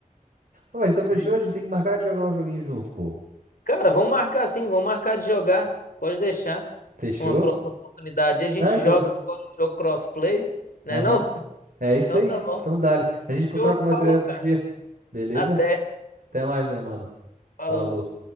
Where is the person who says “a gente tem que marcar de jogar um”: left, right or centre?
Right